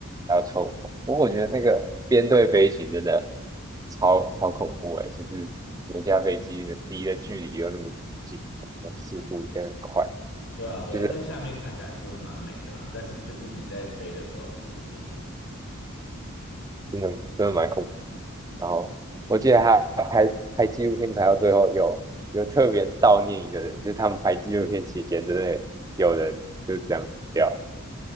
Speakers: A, on the right (about 15°); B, on the left (about 70°).
A: 还要臭头。不过我觉得那个编队飞行真的超超恐怖哎，就是每架飞机的离的距离又那么近，然后速度也很快。
B: 对啊，对啊，
A: 就是。
B: 在下面看起来是会蛮美的啦，但是就是你在飞的时候是很危险的。
A: 真的真的蛮恐怖。然后我记得他拍拍纪录片拍到最后有有特别悼念一个人，就是他们拍纪录片期间真的有人就是这样死掉了，